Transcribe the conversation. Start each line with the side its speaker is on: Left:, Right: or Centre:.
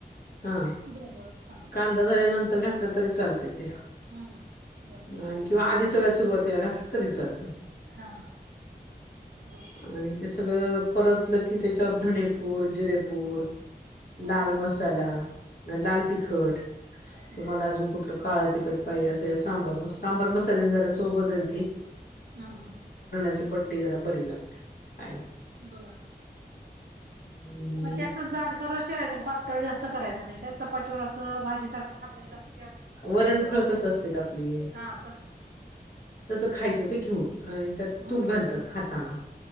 Left: हा
Right: बर बर हा
Left: कांदा झाल्यानंतर घात लं तरी चालतं ते
Right: हम्म बर
Left: आणि किंवा आधी सगळ्या सुरुवातीला घातलं तरी चालतं
Right: हा बर
Left: आणि ते सगळं परतलं की त्या चौधणीपूर जरपूर
Right: हा
Left: लाल
Right: हा
Left: मसाला लाल तिखट तुम्हाला
Right: बर
Left: अजून कुठलं काळा्या तिखटपाई असं सांबर सांबर मसाल्यानी जरा चोबदती
Right: हम हम
Left: ची बट्टी जरा बरी लागतेला
Right: बर बर
Left: आणि
Right: मग त्या असं जाडसरच ठेवायचं पातळ जास्त करायचं नाही का चपातीवर अस भाजी सारख खात येईल अस
Left: वरणफळ कस असत आपले
Right: हा तस.
Left: तसं खायचं ते घेऊन आणि त्यात
Right: हम्म
Left: तूप घालतात खाताना